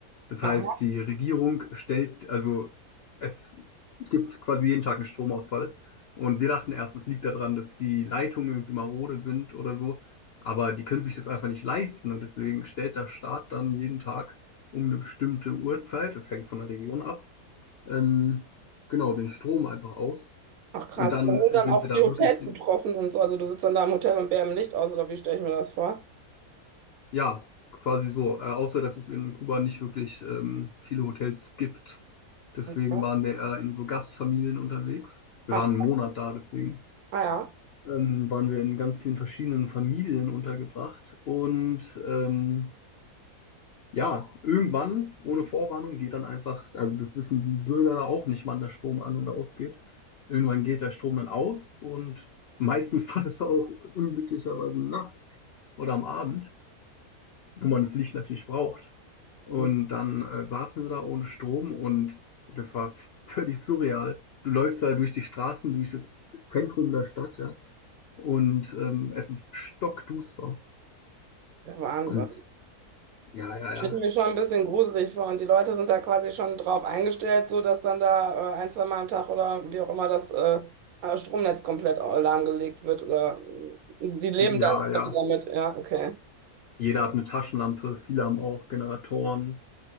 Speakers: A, on the left (about 70°); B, on the right (about 75°).
A: Das
B: ja.
A: heißt, die Regierung stellt, also es gibt quasi jeden Tag einen Stromausfall. Und wir dachten erst, es liegt daran, dass die Leitungen irgendwie marode sind oder so. Aber die können sich das einfach nicht leisten. Und deswegen stellt der Staat dann jeden Tag um eine bestimmte Uhrzeit, das hängt von der Region ab, ähm, genau, den Strom einfach aus.
B: Ach krass,
A: Und dann
B: und da sind dann
A: sind
B: auch
A: wir da
B: die Hotels
A: wirklich in,
B: betroffen und so. Also du sitzt dann da im Hotel und bär im Licht aus, oder wie stelle ich mir das vor?
A: Ja, quasi so. Äh, außer, dass es in Kuba nicht wirklich ähm, viele Hotels gibt. Deswegen
B: Und-
A: waren wir eher in so Gastfamilien unterwegs. Wir
B: Ach,
A: waren einen Monat da, deswegen
B: ah ja.
A: ähm, waren wir in ganz vielen verschiedenen Familien untergebracht. Und ähm, ja, irgendwann, ohne Vorwarnung, geht dann einfach, also das wissen die Bürger da auch nicht, wann der Strom an und ausgeht. Irgendwann geht der Strom dann aus und meistens <laughs> war das auch unglücklicherweise nachts oder am Abend, wo man das Licht natürlich braucht. Und
B: Hm,
A: dann äh, saßen wir da ohne Strom und das war völlig surreal. Du läufst da durch die Straßen, durch das Zentrum der Stadt, ja. Und ähm, es ist stockduster.
B: Der Wahnsinn.
A: Und ja, ja, ja.
B: Stelle ich mir schon ein bisschen gruselig vor. Und die Leute sind da quasi schon drauf eingestellt, so dass dann da äh, ein, zwei Mal am Tag oder wie auch immer das äh, äh, Stromnetz komplett au- lahmgelegt wird. Oder äh, die leben dann
A: Ja, ja.
B: quasi damit. Ja, okay.
A: Jeder hat eine Taschenlampe, viele haben auch Generatoren,